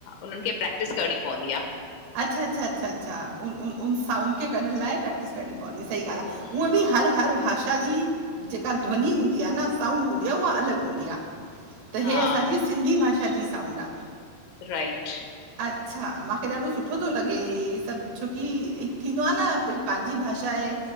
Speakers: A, on the left; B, on the right.
A: उन्हनि खे प्रैक्टिस करणी पवंदी आ।
B: अच्छा अचछा अछा अच्छा, उन साउंड कढण लाइ प्रक्टिस करणी पवदी, सही ॻाल् आहे।
A: हम्म
B: उअं बि हर- हर भाषा जी जेका ध्वन हूंदी आ न, साउंड हूंदी आ, उहा अलॻि हूंदी आ त
A: हा
B: ह असांजी सिंधी भाषा जी साउंड आ।
A: राइट
B: अच्छा मांखे ॾाढो सुठो थो लॻे ह सब छोकि थींदो आ न भई पंहिंजी भाषा आहे।